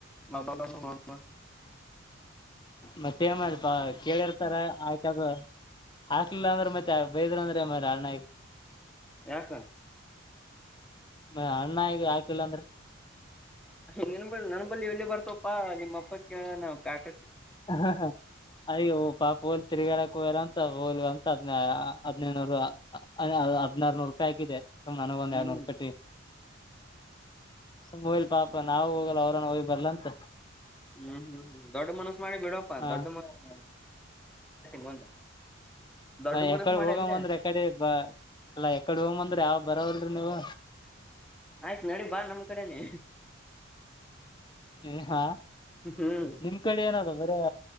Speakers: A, in the centre; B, on the left.
A: ಲದ ಮಾಡ
B: ಮತ್ತೆ ಮಾಡಪಾ ಕೇಳಿರ್ತಾರ ಆ ಕ್ಯದ ಹಾಕ್ಲಿಲ್ಲ ಅಂದ್ರ ಮತ್ತ ಬೈದ್ರ ಅಂದ್ರ ಎನ್ ಮಾಡ್ಲಿ ಅಣ್ಣ
A: ಯಾಕ
B: ಮ ಅಣ್ಣಗ ಹಾಕಿಲ್ಲ ಅಂದ್ರ.
A: ಹ್ ನಿನ್ ಬಲ್ಲಿ ನನ್ ಎಲಿವ್ ಬರ್ತಪ್ಪಾ ನಿಮ್ಮ ಅಪ್ಪ ಕೇಳ್ಯನ ಕಾಕ
B: ಹ ಅಯ್ಯೋ ಪಾಪ್ ಹೋಲ್ ತಿರಗ್ಯಡಕ್. ಕೊಗ್ಯಾರ್ ಅಂತ ಹೋಲ್ ಅಂತ ಹದ್ ಆ ಹದಿನೈದುನೂರು ಅ ಹದ ಹದ್ನಾರನೂರು ರೂಪಾಯಿ ಹಾಕಿದೆ. ಸುಮ್ ನನಗ ಒಂದ್
A: ಹ್ಮ್
B: ಎರಡನೂರ
A: ಹ್ಮ್
B: ಟ್ಟಿ ಸುಮ್ ಹೋಗ್ಲಿ ಪಾಪಾ ನಾವು ಹೋಗಲ್ಲ ಅವ್ರನ್ನ ಹೋಗಿ ಬರ್ಲ ಅಂತ.
A: ಹ್ಮ್ ದೊಡ್ಡ ಮನಸ ಮಾಡಿ ಬಿಡಪ್ಪಾ
B: ಹಾ
A: ದೊಡ್ಡ ಮನಸ ಮುಂದ ದೊಡ್ಡ
B: ಮ ಎಕಡೆ
A: ಮನಸ್ ಮಾಡಿ
B: ಹೋಗ್ಂದ್ರೆ
A: ಅಂದೆ
B: ಎಕಡೆ ಅಲ್ಲ ಎಕಡೆ ಹೋಗ ಅಂದ್ರೆ ಯಾವ ಬರವಲ್ರಿ ನೀವು.
A: ಆಯ್ತು ನಡಿ ಬಾ ನಮ್ ಕಡೆನೆ.
B: ಹ್ಮ್ ಹಾ
A: ಹ್ಮ್
B: ನಿಮ್ ಕಡೆ ಏನದ ಬರೆ